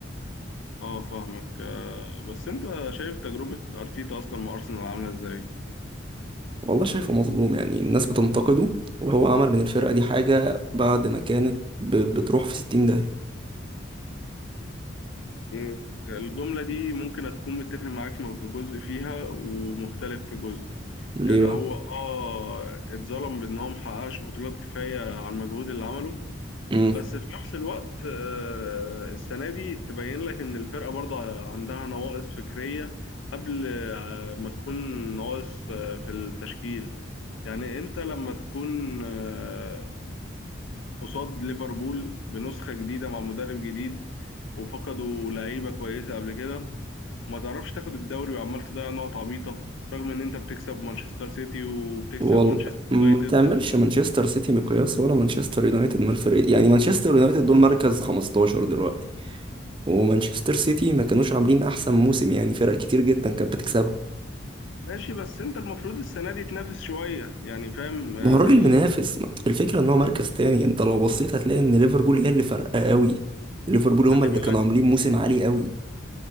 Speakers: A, on the left; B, on the right.
A: أه فاهمك آه، بس أنت شايف تجربة أرتيتا أصلا مع أرسنال عاملة إزاي؟
B: والله شايفه مظلوم يعني الناس بتنتقده وهو عمل من الفرقة دي حاجة بعد ما كانت ب- بتروح في 60 داهية
A: مم. الجملة دي ممكن هتكون متفق معاك في جزء فيها ومختلف في جزء
B: ليه
A: يعني
B: بقى؟
A: هو اه اتظلم بان هو محققش بطولات كفايه على المجهود اللي عمله
B: مم.
A: بس في نفس الوقت آه، السنه دي تبين لك ان الفرقه برضه عندها نواقص فكريه قبل آه، ما تكون نواقص آه، في التشكيل يعني انت لما تكون آه، قصاد ليفربول بنسخه جديده مع مدرب جديد وفقدوا لعيبه كويسه قبل كده وما تعرفش تاخد الدوري وعمال تضيع نقط عبيطة رغم ان انت بتكسب مانشستر سيتي وبتكسب
B: والله
A: مانشستر
B: ما
A: يونايتد
B: تعملش
A: و-
B: مانشستر سيتي مقياس ولا مانشستر يونايتد من الفريق يعني مانشستر يونايتد دول مركز 15 دلوقتي ومانشستر سيتي ما كانوش عاملين احسن موسم يعني فرق كتير جدا كانت بتكسبه
A: ماشي بس انت المفروض السنة دي تنافس شوية يعني فاهم آه،
B: ما هو الراجل
A: ال...
B: منافس الفكره ان هو مركز تاني انت لو بصيت هتلاقي ان ليفربول هي اللي فارقه قوي ليفربول هم
A: خلي
B: اللي
A: بالك
B: كانوا عاملين موسم عالي قوي